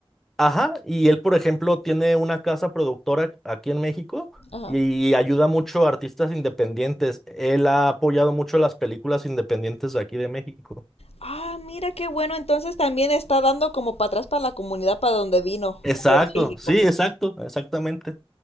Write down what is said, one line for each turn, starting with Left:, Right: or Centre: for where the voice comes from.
Centre: Ajá, y él, por ejemplo, tiene una casa productora aquí en México
Left: Ajá.
Centre: y ayuda mucho a artistas independientes. Él ha apoyado mucho las películas independientes de aquí de México.
Left: Ah, mira qué bueno. Entonces también está dando como para atrás para la comunidad para donde vino,
Centre: Exacto,
Left: para México.
Centre: sí, exacto, exactamente.